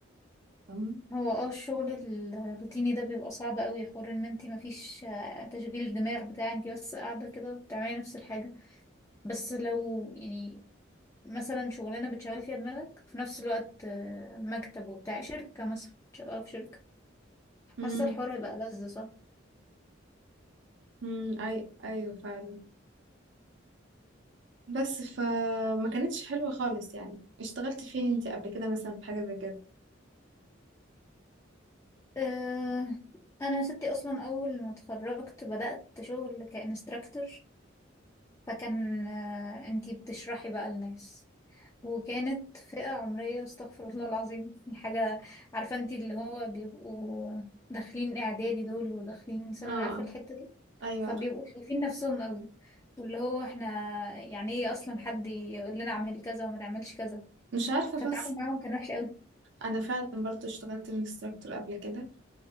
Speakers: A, on the right; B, on the left.
A: فاهمة
B: هو اه الشغل الروتيني ده بيبقى صعب قوي حوار ان انتي مفيش آه، تشغيل دماغ بتاع انتي بس قاعدة كده بتعملي نفس الحاجة بس لو يعني مثلا شغلانة بتشغلي فيها دماغك في نفس الوقت آه، مكتب وبتاع شركة مثلا شغالة في شركة حاسة
A: امم
B: الحوار هيبقى لذ صح
A: امم اي ايوه فعلا بس فما كانتش حلوة خالص يعني اشتغلت فين انتي قبل كده مثلا في حاجة زي كده
B: أه انا ستي اصلا اول ما اتخرجت بدأت شغل كإنستراكتور فكان أه انتي بتشرحي بقى للناس وكانت فئة عمرية استغفر الله العظيم يعني حاجة عارفة انتي اللي هو بيبقوا داخلين اعدادي دول وداخلين ثانوي
A: اه
B: عارفة الحتة دي
A: ايوه
B: فبيبقوا شايفين نفسهم قوي واللي هو احنا يعني ايه اصلا حد يقول لنا اعمل كذا وما تعملش كذا
A: مش عارفه
B: فالتعامل
A: بس
B: معاهم كان وحش
A: انا فعلا برضو اشتغلت انستراكتور قبل كده